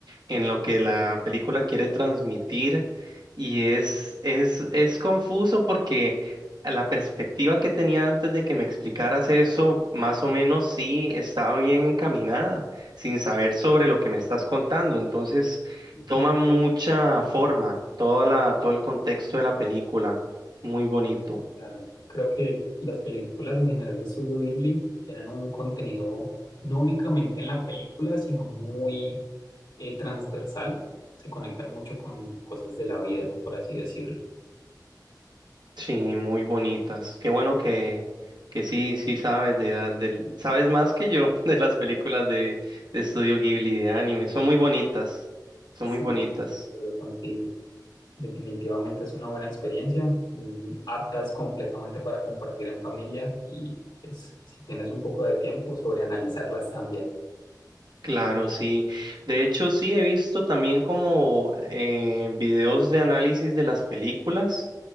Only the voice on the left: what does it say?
Ujú.
Sí, Claro, creo que las películas en general de Estudio Ghibli tienen un contenido no únicamente en la película, sino muy eh, transversal. Se conectan mucho con cosas de la vida, por así decirlo.
Sí,
estoy de acuerdo contigo. Definitivamente es una buena experiencia, mm, aptas completamente para compartir en familia y pues, si tienes un poco de tiempo, sobre analizarlas también.